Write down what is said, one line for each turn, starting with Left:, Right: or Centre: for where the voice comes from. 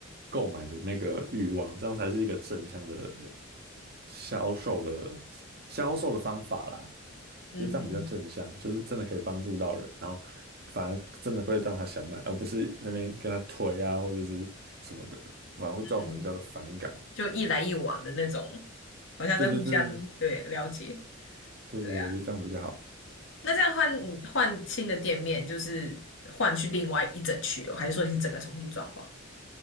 Right: 购买的那个欲望，这样才是一个正向的销售的销售的方法啦。
Left: 嗯哼
Right: 我觉得这样比较正向，就是真的可以帮助到人，然后反而真的会让他想买，而不是那边跟他推啊或者是什么的，反而会造成人家的反感。
Left: 嗯哼就一来一往的那种，好像在互相对了解。
Right: 对对对对对对，
Left: 对啊，
Right: 我觉得这样比较好。
Left: 那这样换你换新的店面，就是换去另外一整区哦，还是说你是整个重新装潢？